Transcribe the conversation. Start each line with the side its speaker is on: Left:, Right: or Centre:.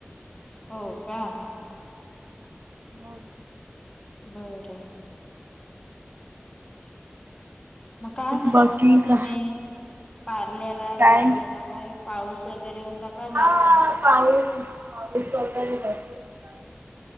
Left: हो का.
Right: बोल.
Left: बरं. मग काय म्हणत
Right: बाकी
Left: होता तुम्ही?
Right: का
Left: पारलेला
Right: काय?
Left: कारलेला काय पाऊस वगैरे होता का जाताना
Right: हा पाऊस. पाऊस वगैरे भरपूर होता.